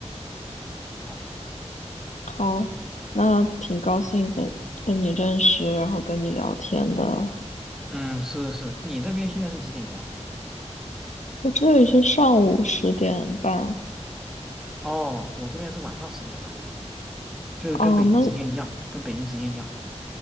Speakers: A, in the centre; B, on the left.
A: 好，
B: 好，那挺高兴跟跟你认识，然后跟你聊天的。
A: 嗯，是是，你那边现在是几点钟啊？
B: 我这里是上午十点半。
A: 哦，我这边是晚上十点半，就是跟北京时间一样，
B: 啊，那
A: 跟北京时间一样。